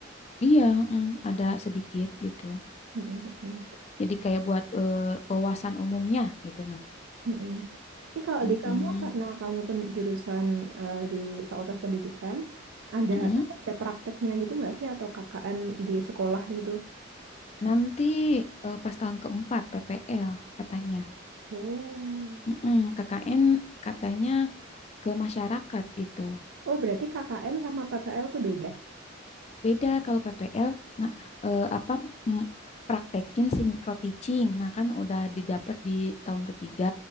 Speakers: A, on the left (about 30°); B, on the right (about 75°).
A: Iya, heeh, ada sedikit gitu.
B: Mm-mm.
A: Jadi kayak buat eh, wawasan umumnya gitu nah.
B: Mm-mm. Ini kalau
A: Heeh,
B: di kamu karena kamu pen- jurusan eh, di Fakultas Pendidikan, ada
A: heeh.
B: nanti ada prakteknya gitu nggak sih atau KKN di sekolah gitu?
A: Nanti eh, pas tahun keempat PPL katanya.
B: Oh,
A: Mm-mm, KKN katanya ke masyarakat gitu.
B: oh berarti KKN sama PPL tuh beda.
A: Beda kalau PPL nggak eh, apa mm, praktekin si micro teaching. Nah, kan udah didapat di tahun ketiga.